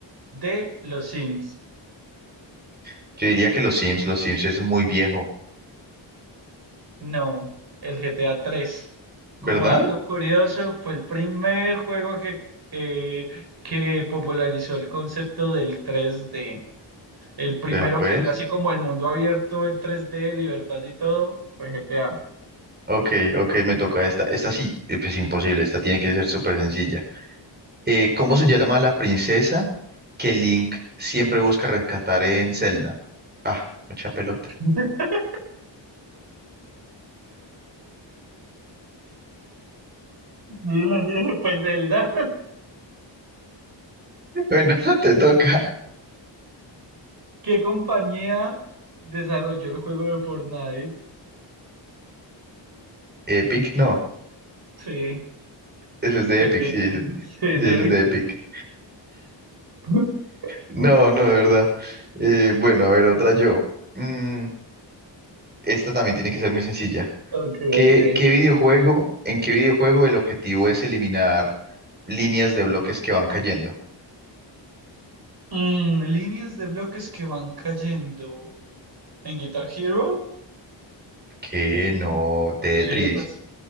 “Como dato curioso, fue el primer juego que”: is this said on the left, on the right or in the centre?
Right